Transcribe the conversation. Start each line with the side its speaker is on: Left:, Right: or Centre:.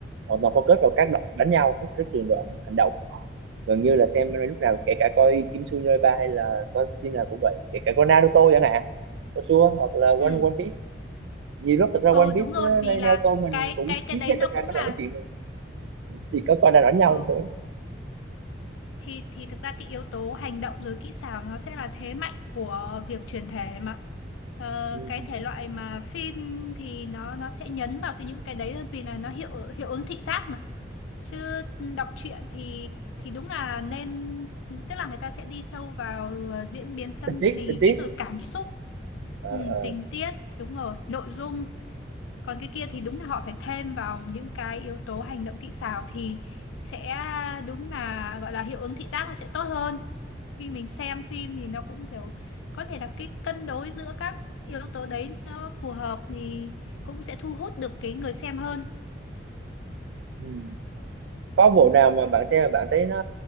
Right: họ toàn focus vào các đoạn đánh nhau các cái trường đoạn hành động gần như là xem anime lúc nào kể cả coi Kimetsu no Yaiba hay là coi phim nào cũng vậy kể cả coi Naruto chẳng hạn coi Sua hoặc là One
Left: ừ
Right: One Piece nhiều lúc thực ra
Left: ừ
Right: One
Left: đúng
Right: Piece
Left: rồi
Right: ờ,
Left: vì
Right: hay
Left: là
Right: Naruto mình
Left: cái
Right: cũng
Left: cái cái
Right: tiếp
Left: đấy
Right: hết
Left: nó
Right: tất cả
Left: cũng
Right: các
Left: là
Right: đoạn nói chuyện mà chỉ có coi là đánh nhau
Left: ừ
Right: thôi
Left: thì thì thực ra cái yếu tố hành động rồi kỹ xảo nó sẽ là thế mạnh của việc chuyển thể mà ờ,
Right: Ừ,
Left: cái
Right: ừ,
Left: thể
Right: ừ.
Left: loại mà phim thì nó nó sẽ nhấn vào cái những cái đấy hơn vì là nó hiệu hiệu ứng thị giác mà Chứ đọc truyện thì thì đúng là nên tức là người ta sẽ đi sâu vào ờ, diễn biến tâm
Right: tình tiết
Left: lý
Right: tình tiết
Left: rồi cảm xúc
Right: ờ
Left: ừ,
Right: ờ.
Left: tình tiết đúng rồi nội dung còn cái kia thì đúng là họ phải thêm vào những cái yếu tố hành động kỹ xảo thì sẽ đúng là gọi là hiệu ứng thị giác nó sẽ tốt hơn khi mình xem phim thì nó cũng kiểu có thể là cái cân đối giữa các yếu tố đấy nó phù hợp thì cũng sẽ thu hút được cái người xem hơn
Right: Ừ. có bộ
Left: ừ.
Right: nào mà bạn xem mà bạn thấy nó